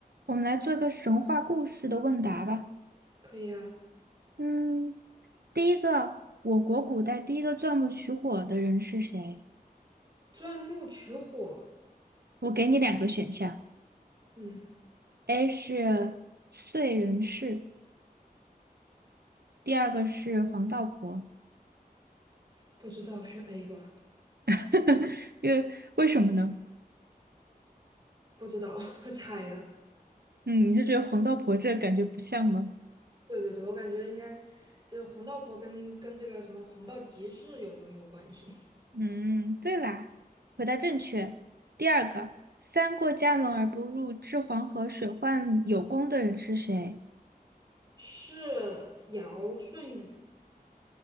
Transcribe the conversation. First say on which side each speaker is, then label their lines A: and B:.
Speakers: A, on the right (about 85°); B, on the right (about 30°).
A: 我们来做一个神话故事的问答吧。
B: 可以啊，
A: 嗯，第一个，我国古代第一个钻木取火的人是谁？
B: 钻木取火，
A: 我给你两个选项
B: 嗯，
A: ，A 是燧人氏，第二个是黄道婆。
B: 不知道选 A 吧，
A: <laughs> 因为为什么呢？
B: 不知道 <laughs> 猜的。
A: 嗯，你是觉得黄道婆这个感觉不像吗？
B: 对对对，我感觉应该就是黄道婆跟跟这个什么黄道吉日有什么有关系？
A: 嗯，对啦，回答正确。第二个，三过家门而不入，治黄河水患有功的人是谁？
B: 是尧舜禹